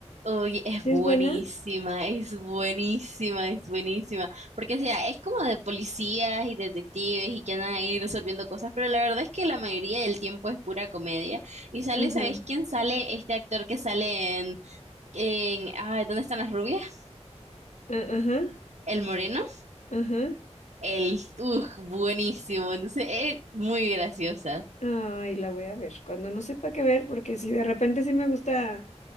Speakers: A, on the right; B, on the left.
A: Uy, es
B: ¿Sí
A: buenísima,
B: es buena?
A: es buenísima, es buenísima. Porque, o sea, es como de policías y detectives y que andan ahí resolviendo cosas, pero la verdad es que la mayoría del tiempo es pura comedia. Y sale,
B: Ajá,
A: ¿sabes quién sale? Este actor que sale en, en, ah, ¿dónde están las rubias?
B: a- ajá,
A: El moreno.
B: ajá.
A: El, uff, buenísimo. Entonces, es muy graciosa.
B: Ay, la voy a ver. Cuando no sepa qué ver, porque si de repente sí me gusta